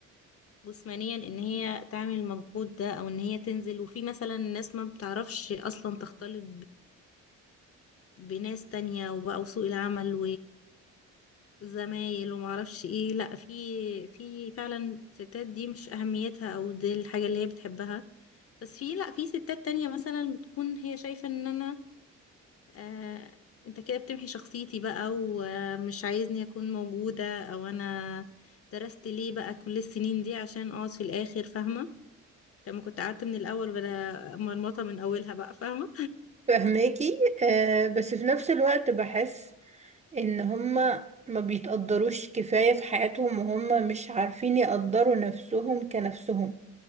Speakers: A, on the left; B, on the right.
A: جسمانيا ان هي تعمل المجهود ده او ان هي تنزل وفي مثلا ناس ما بتعرفش اصلا تختلط بناس تانية وبقى سوق العمل وزمايل ومعرفش ايه لأ في في فعلا ستات دي مش أهميتها أو دي الحاجة اللي هي بتحبها بس في لأ في ستات تانية مثلا بتكون هي شايفة ان انا آه انت كده بتمحي شخصيتي بقى ومش عايزني اكون موجودة او انا درست ليه بقى كل السنين دي عشان اقعد في الآخر فاهمة لما كنت قعدت من الأول بلا مرمطة من أولها بقى فاهمة
B: فهماكي آه، بس في نفس الوقت بحس إن هما ما بيتقدروش كفاية في حياتهم وهم مش عارفين يقدروا نفسهم كنفسهم